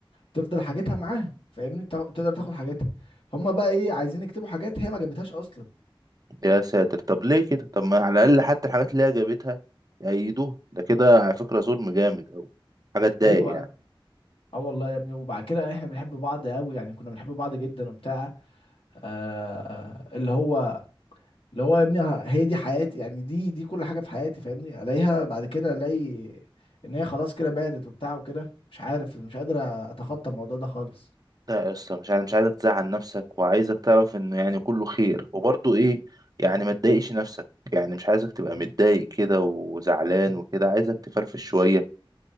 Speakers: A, on the left (about 75°); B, on the right (about 45°).
A: تفضل حاجتها معاها فاهمني تا- تقدر تاخد حاجتها هما بقى ايه عايزين يكتبوا حاجات هي ما جابتهاش اصلا
B: يا ساتر طب ليه كده طب ما على الاقل حتى الحاجات اللي هي جابتها يأيدوها ده كده على فكره ظلم جامد قوي حاجه تضايق
A: ايوه
B: يعني
A: انا اه والله يا ابني وبعد كده احنا بنحب بعض قوي يعني كنا بنحب بعض جدا وبتاع آه اللي هو اللي هو يا ابني ه- هي دي حياتي يعني دي دي كل حاجه في حياتي فاهمني الاقيها بعد كده الاقي ان هي خلاص كده بعدت وبتاع وكده مش عارف مش قادر اتخطى الموضوع ده خالص
B: لا يا اسطى مش عايز مش عايزك تزعل نفسك وعايزك تعرف انه يعني كله خير وبرضه ايه يعني ما تضايقش نفسك يعني مش عايزك تبقى متضايق كده وزعلان وكده عايزك تفرفش شويه